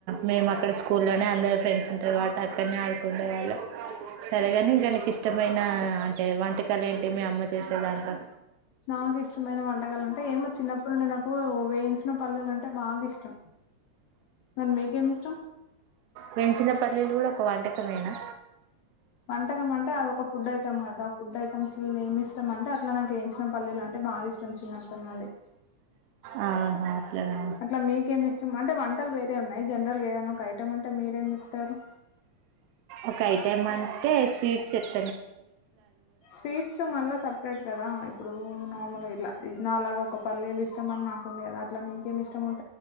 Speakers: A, on the right (about 85°); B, on the left (about 75°).
A: మేము అక్కడ స్కూల్లోనే అందరు ఫ్రెండ్స్ ఉంటారు కాబట్టి అక్కడనే ఆడి కుండ వాళ్ళ సరేగాని ఇంకా నీకిష్టమైన అంటే వంటకాలు ఏంటి మీ అమ్మ చేసే దాంట్లో
B: నాకు ఇష్టమైన వంటకాలు అంటే ఏమో చిన్నప్పటి నుండి నాకు వేయించిన పల్లీలు అంటే బాగా ఇష్టం మరి మీకేమి ఇష్టం
A: వేయించిన పల్లీలు కూడా ఒక వంటకమేనా
B: వంటకం అంటే అది ఒక ఫుడ్ ఐటమ్ కదా ఫుడ్ ఐటమ్స్ లో ఏమి ఇష్టం అంటే అట్లా నాకు ఏంచిన పల్లెలు అంటే బాగా ఇష్ట మ్ చిన్నప్పటి నుండి
A: ఆహా అట్లనా
B: అట్లా మీకేమి ఇష్టం అంటే వంటలు వేరే ఉన్ నయ్ జనరల్గా ఏదనా ఒక ఐటమ్ అంటే మీరేం చెప్తారు
A: ఒక ఐటెమ్ అంటే స్వీట్స్ చెప్
B: స్వీట్స్ మళ్ళా సపరేట్ కదా ఇప్పుడు నార్మల్గా ఇట్లా నాలాగా ఒక పల్లీలు ఇష్టం అని నాకుంది గదా అట్లా మీకేమి ఇష్టం ఉం